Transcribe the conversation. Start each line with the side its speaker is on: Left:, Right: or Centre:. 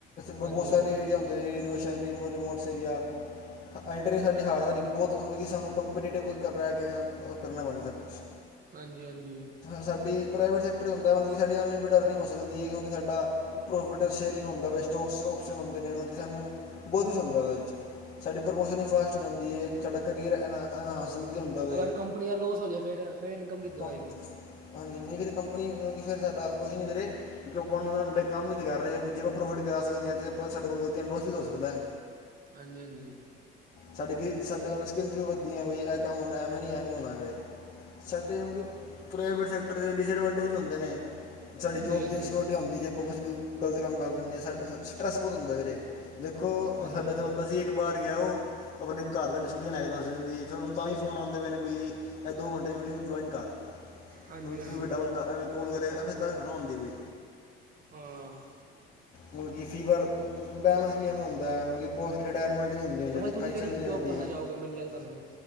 Left: ਬਹੁਤ
Right: ਹਾਂਜੀ
Left: ਸਾਰੇ
Right: ਹਾਂਜੀ
Left: ਏਰੀਆ ਹੁੰਦੇ ਕੇਸ਼ਨ ਰ ਰਿਮੋਟਸ ਏਰੀਆ, ਹ ਐਂਟਰੀ ਸਾਡੀ ਹਾਰਡ ਸਾਡੀ ਬਹੁਤ ਮਤਲਬ ਕਿ ਸਾਨੂੰ ਕੰਪੀਟੀਟਿਵ ਕਰ ਰਹਿ ਕੇ ਕਰਨਾ ਪੈਂਦਾ ਸਭ ਕੁਛ,
Right: ਹਾਂਜੀ-ਹਾਂਜੀ।
Left: ਸਾਡੀ ਪ੍ਰਾਈਵੇਟ ਸੈਕਟਰ ਹੁੰਦਾ ਮਤਲਬ ਕਿ ਸਾਡੀ ਅਨਇੰਪੀਡ ਅਰਨਿੰਗ ਹੋ ਸਕਦੀ ਹੈ ਕਿਉਂਕਿ ਸਾਡਾ, ਪ੍ਰੋਫਿਟ ਸ਼ੇਅਰਿੰਗ ਹੁੰਦਾ ਵੇ ਸਟੋਕਸ ਔਪਸ਼ਨ ਹੁੰਦੇ ਨੇ ਮਤਲਬ ਕਿ ਸਾਨੂੰ ਬਹੁਤ ਕੁਛ ਹੁੰਦਾ ਉਹਦੇ ਵਿੱਚ, ਸਾਡੀ ਪ੍ਰਮੋਸ਼ਨ ਹੀ ਫਾਸਟ ਹੋ ਜਾਂਦੀ ਹੈ ਸਾਡਾ ਕਰੀਅਰ ਇ ਇਨਹਾਂਸਲ ਨਹੀਂ ਹੁੰਦਾ, ਵੇ
Right: ਅਗਰ ਕੰਪਨੀ ਦਾ ਲੋਸ ਹੋ ਜਾਵੇ ਫਿਰ-ਫਿਰ ਇਨਕਮ ਕਿੱਥੋ
Left: ਕੰ
Right: ਆਏਗੀ।
Left: ਹਾਂਜੀ ਨਹੀਂ ਫਿਰ ਕੰਪਨੀ ਮਤਲਬ ਫਿਰ ਸਾਡਾ ਕੁਛ ਨੀ ਨਹੀ ਵੀਰੇ, ਕਿਉਂਕਿ ਆਪਾਂ ਉਹਨਾਂ ਅੰਡੇ ਕੰਮ ਵੀ ਤਾਂ ਕਰ ਰਹੇ ਹਾਂ ਜੇ ਆਪਾਂ ਪ੍ਰੋਫਿਟ ਕਰ ਸਕਦੇ ਹਾਂ ਤਾਂ ਆਪਾਂ ਸਾਡੇ ਕੋਲ ਗਲਤੀਆਂ ਲੋਸ ਵੀ ਹੋ ਸਕਦਾ।
Right: ਹਾਂਜੀ-ਹਾਂਜੀ।
Left: ਸਾਡੇ ਗੇ ਸਾਡੇ ਸਕਿੱਲਸ ਵੀ ਵੱਧੀਆਂ ਵੀ ਏ ਕੰਮ ਹੁਨ ਐਵੇਂ ਨੀ ਐਵੇਂ ਹੋਨਾ ਵੇ। ਸਾਡੇ ਮਤਲਬ ਕਿ ਪ੍ਰਾਈਵੇਟ ਸੈਕਟਰ ਦੇ ਡਿਸਐਡਵਾਂਟੇਜ ਵੀ ਹੁੰਦੇ ਨੇ, ਸਾਡੀ
Right: ਹਾਂਜੀ
Left: ਜੋਬ
Right: ਹਾਂਜੀ
Left: ਦੀ ਸਕਿਓਰਟੀ ਹੁੰਦੀ ਜੇ। ਉ ਕੁਛ ਵੀ ਗਲਤ ਕੰਮ ਕਰ ਦਿੰਦੇ, ਸਾ ਸਟਰੈੱਸ ਬਹੁਤ ਹੁੰਦਾ ਵੀਰੇ, ਦੇਖੋ
Right: ਹਾਂਜੀ
Left: ਸਾਡਾ ਇਥੇ
Right: ਹਾਂਜੀ
Left: ਬੰਦਾ ਸੀ ਇੱਕ ਬਾਰ ਗਿਆ ਉ ਆਪਣੇ ਘਰ ਦੇ ਨੂੰ ਛੱਟੀਆਂ ਲੈ ਕੇ ਦਸ ਦਿੰਦੀ, ਫੇਰ ਹੁਨ ਤਾਂ ਵੀ ਫੋਨ ਆਂਦੇ ਪਏ ਨੇ ਵੀ ਐ ਦੋ ਘੰਟੇ ਦੀ ਮੀਟਿੰਗ ਜੁਆਇਨ ਕਰ।
Right: ਹਾਂਜੀ
Left: ਮਤਲਬ
Right: ਹਾਂਜੀ
Left: ਕਿ ਵੱਡਾ ਬੰਦਾ ਐਂਵੈਂ ਕੋਲ ਕਰੇ, ਐ ਫੇਰ ਗੱਲ ਥੋਡ਼ਾ ਹੁੰਦੀ ਕੋਈ।
Right: ਹਾਂ।
Left: ਮਤਲਬ ਕਿ ਫੀਵਰ, ਬੈਲੈਂਸ ਵੀ ਐਵੇਂ ਹੁੰਦੈ, ਮਤਲਬ ਕਿ ਪੋਸਟ ਰਿਟਾਇਰਮੈਂਟ ਨੀ ਹੁੰਦੀ ਏਨੀ
Right: ਵੈਸੇ
Left: ਜਲਦੀ,
Right: ਤੁਸੀਂ
Left: ਪੈਨਸ਼ਨ
Right: ਕਿਹੜੀ
Left: ਵੀ
Right: ਜੋਬ
Left: ਲਗਦੀ।
Right: ਕਰਨਾ ਚਾਹੋਗੇ ਮੈਨੂੰ ਲੱਗਦਾ ਤੁਹਾਨੂੰ